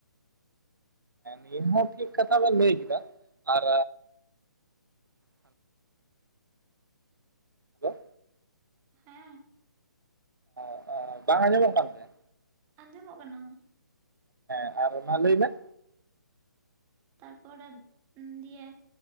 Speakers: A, on the right; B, on the right.
A: ᱱᱤᱭᱟᱹ ᱦᱚᱸ ᱴᱷᱤᱠ ᱠᱟᱛᱷᱟ ᱵᱮᱱ ᱞᱟᱹᱭ ᱠᱮᱫᱟ, ᱟᱨ ᱦᱮᱞᱳ ᱾
B: ᱦᱮᱸ
A: <inaudible> ᱵᱟᱝ ᱟᱸᱡᱚᱢᱚᱜ ᱠᱟᱱ ᱛᱟᱦᱮᱸ
B: ᱟᱸᱡᱚᱢᱚᱜ ᱠᱟᱱᱟ ᱾
A: ᱦᱮᱸ ᱟᱨ ᱢᱟ ᱞᱟᱹᱭ ᱵᱮᱱ
B: ᱛᱟᱨᱯᱚᱨᱮ ᱫᱤᱭᱮ